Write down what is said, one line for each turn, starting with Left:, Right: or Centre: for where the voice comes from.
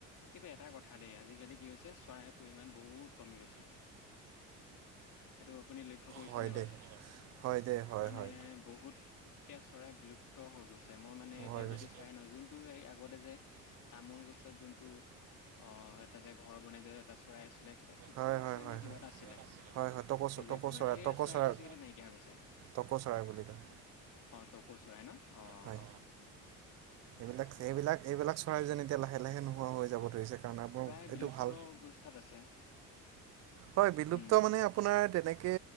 Left: কিন্তু এটা কথা দেই, আজিকালি কি হৈছে চৰাইৰ পৰিমাণ বহুত কমি গৈছে। এইটো আপুনি লক্ষ্য কৰিছে
Right: হয়
Left: নাই বাৰু?
Right: দেই হয় দেই হয়
Left: মানে
Right: হয়
Left: বহুত তেজ চৰাই বিলু প্ত হৈ গৈছে। মই মানে এতিয়া
Right: হৈ গৈছে
Left: যদি চাই ন' যোনটো এই আগতে যে তামোল গছত যোন- টো অ এটা যে ঘৰ বনাই যে এটা চৰাই আছি- লে কিবা টুকুৰা
Right: হয় হয়
Left: চৰাই
Right: হয়
Left: নে কিবা
Right: হয়
Left: এটা আছিলে।
Right: হয় হয় টকৌ চ,
Left: নিজে
Right: টকৌ
Left: গম পাই
Right: চৰাই,
Left: সেই
Right: টকৌ
Left: চৰাইটো
Right: চৰাই,
Left: আজিকালি নাইকিয়া হৈ গৈছে
Right: টকৌ চৰাই বুলি কয়।
Left: অ টকৌ চৰাই ন? অঁ!
Right: হয় এইবিলাক, এইবিলাক, এইবিলাক চৰাইযেন এতিয়া লাহে লাহে নোহোৱা হৈ- যাব ধৰিছে কাৰণ আপোনাৰ
Left: প্ৰায়
Right: এইটো
Left: বিলুপ্ত
Right: ভাল
Left: অৱস্থাত আছে।
Right: হয়, বিলুপ্ত
Left: উম
Right: মানে আপোনাৰ তেনেকে,